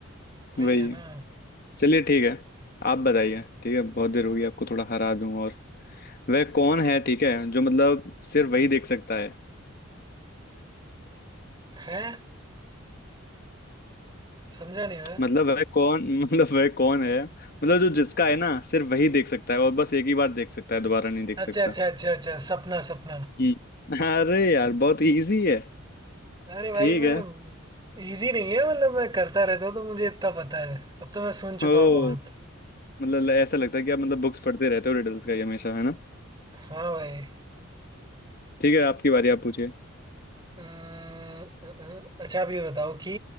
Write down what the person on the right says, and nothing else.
वही
है ना
है समझा नहीं मैं
अच्छा
अच्छा अच्छा अच्छा सपना सपना
अरे भाई
मैं
इजी नहीं है मतलब मैं करता रहता हूँ तो मुझे इतना पता है अब तो मैं सुन चुका
हूँ बहुत
हाँ भाई
अ, अ, अ, अच्छा आप ये बताओ कि